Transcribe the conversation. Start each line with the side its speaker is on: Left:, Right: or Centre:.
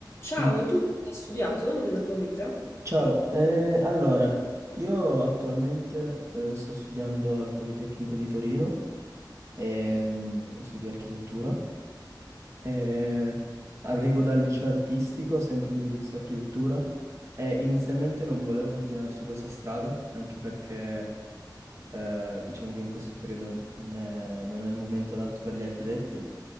Left: Ciao,
Right: M-
Left: tu cosa hai studiato nella tua vita?
Right: Ciao, eh, allora, io attualmente eh, sto studiando al Politecnico di Torino, ehm, studio architettura, e arrivo dal liceo artistico, sempre indirizzo architettura, e inizialmente non volevo continuare su questa strada, anche perché eh, diciamo che in questo periodo non è, non è il momento adatto per gli architetti,